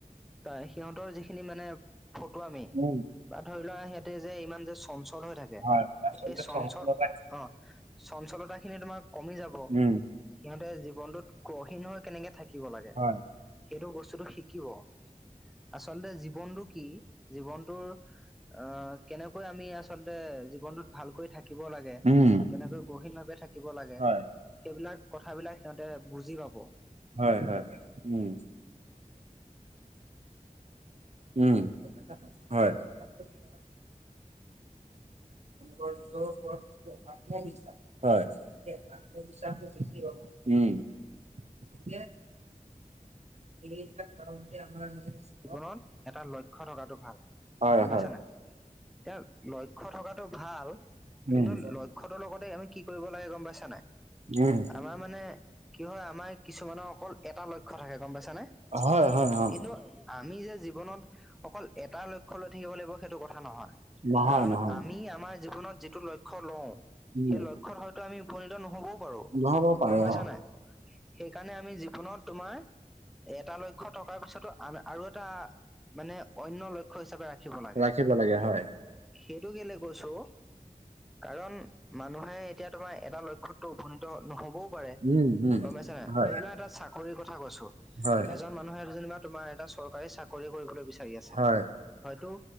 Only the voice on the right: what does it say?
উম
হয়, হয় আচলতে
চঞ্চলতা
উম,
হয়,
উম,
হয়,
হয় হয় উম। উম হয় <unintelligible> <unintelligible> হয় উম <unintelligible> <unintelligible>
হয়,
হয়,
উম,
উম,
হয় হয়, অ
নহয়,
নহয়,
উম,
নহ'ব পাৰে
অ,
ৰাখিব লাগে হয়,
উম, উম,
হয়।
হয়,
হয়,